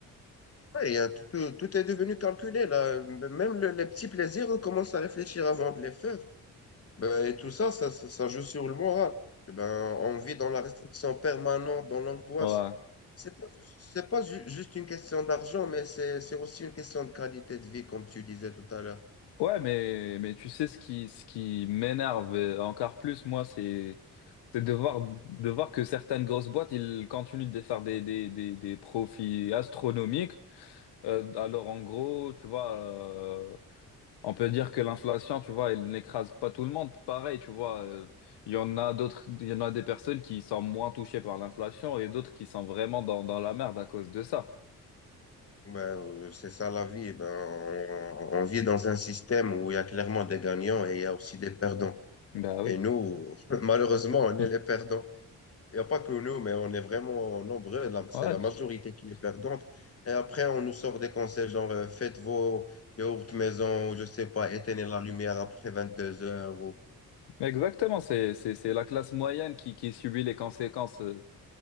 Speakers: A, on the left; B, on the left.
A: Ouais, il y a tout, tout tout est devenu calculé là. Même le- les petits plaisirs, on commence à réfléchir avant de les faire. Ben, et tout ça, ça, ça, ça joue sur le moral. Et ben, on vit dans la restriction permanente, dans l'angoisse.
B: Ouais.
A: C'est pas, ju- c'est pas ju- juste une question d'argent, mais c'est, c'est aussi une question de qualité de vie, comme tu disais tout à l'heure.
B: Ouais, mais, mais tu sais, ce qui, ce qui m'énerve euh, encore plus, moi, c'est C'est de voir, de voir que certaines grosses boîtes, ils continuent de faire des, des, des, des profits astronomiques. Euh, alors, en gros, tu vois, euh, on peut dire que l'inflation, tu vois, elle n'écrase pas tout le monde. Pareil, tu vois, euh, il y en a d'autres, il y en a des personnes qui sont moins touchées par l'inflation et d'autres qui sont vraiment dans, dans la merde à cause de ça.
A: Ben, euh, c'est ça la vie. Eh Ben, on, on vit dans un système où il y a clairement des gagnants et il y a aussi des perdants.
B: Bah oui.
A: Et nous, <laughs> malheureusement, on
B: Hum.
A: est les perdants. Il n'y a pas que nous, mais on est vraiment nombreux. La- C'est
B: Ouais,
A: la majorité
B: juste-
A: qui est perdante. Et après, on nous sort des conseils genre euh, faites vos yaourts maison, ou je sais pas, éteignez la lumière après vingt-deux heures. ou-
B: Exactement, c'est, c'est, c'est la classe moyenne qui, qui subit les conséquences euh,